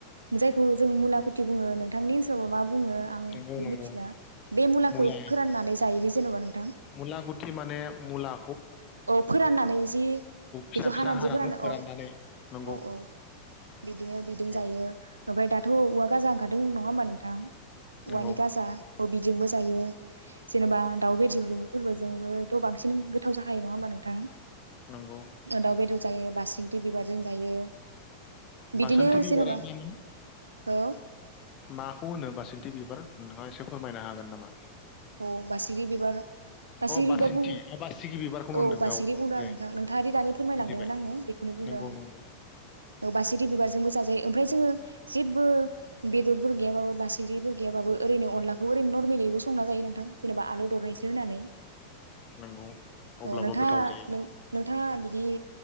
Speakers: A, on the right (about 80°); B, on the left (about 35°).
A: जायखौ जों मुलाखुथि बुङो नोंथांनि ओनसाव मा? बुङो आं
B: नंगौ
A: बेखौ
B: नंगौ
A: मिथिला बे मुलाखो
B: मुला
A: फोराननानै जायो जेनबा नोंथां
B: मुला गुथि माने मुला
A: औ फोराननानै जि
B: फिसा
A: बेखौ हानानै
B: फिसा
A: जि फोरानो
B: फोराननानै
A: अ
B: नंगौ
A: औ औ बिदिनो बिदों
B: औ
A: जायो ओमफ्राय दाथ' औवा गाजा ओंखारदों <unintelligible> नङा होमबा नोंथां औवानि
B: नंगौ
A: गाजा अ बिजोंबो जायो जेनेबा दाउ बेेदर जों फोरबोजोंबोथ' बांसिन गोथाव जा खायो नङा होनबा नोंथां?
B: नंगौ
A: दाव बेदर जों बासि गि बिबारजों जायो बिदिनो
B: बासोनथि बिबारा
A: जेनेबा
B: मामोन
A: औ
B: माखौ होनो बासिनथि बिबार नोंथाङा एसे फोरमायनो हागोन नामा?
A: औ बासिगि बिबार बासिगि
B: अ बासिन्थि
A: बिबार बुंङो
B: अ बासिगि बिबारखौनो
A: औ
B: होनदों
A: बासिगि बुंदों
B: दे
A: आं नोंथां नोंथाङा ओ दानि फोरमायलांदोंमोन
B: मोनथिबाय
A: आंनो बेखौनो बुंदों
B: नंगौ
A: आं
B: नंगौ
A: औ बासिगि बिबारजोंबो जाजायो ओमफ्राय जोङो जेबो बेदरफोर गैयाबाबो बासिगिफोर गैयाबो ओरैनो अनलाखौ ओरै नरमेलिबो संना जायो। नोंथां जेनेबा आलु दरनैसो होनानै।
B: नंगौ अब्लाबो
A: औ नोंथाङा
B: गोथाव जायो
A: नोंथाङा बिदि